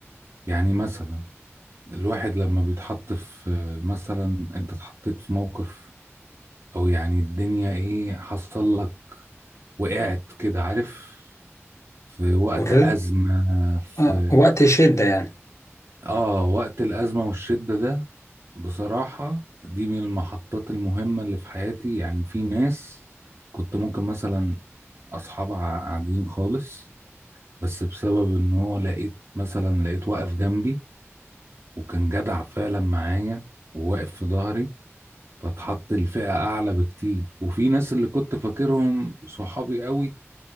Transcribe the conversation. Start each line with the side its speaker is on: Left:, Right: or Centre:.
Right: يعني مثلا الواحد لما بيتحط في مثلا انت اتحطيت في موقف او يعني الدنيا ايه حصل لك وقعت كده عارف في وقت
Left: مر
Right: أزمة في
Left: آه، وقت شدة يعني
Right: اه وقت الأزمة والشدة ده بصراحة دي من المحطات المهمة اللي في حياتي يعني في ناس كنت ممكن مثلا أصحاب ع- عاديين خالص بس بسبب إن هو لقيت مثلا لقيت واقف جنبي وكان جدع فعلا معايا وواقف في ظهري فاتحط الفئة أعلى بكتير وفي ناس اللي كنت فاكرهم صحابي قوي